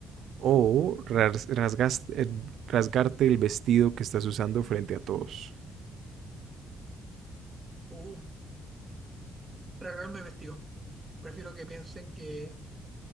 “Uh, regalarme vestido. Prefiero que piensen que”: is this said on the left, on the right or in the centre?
Right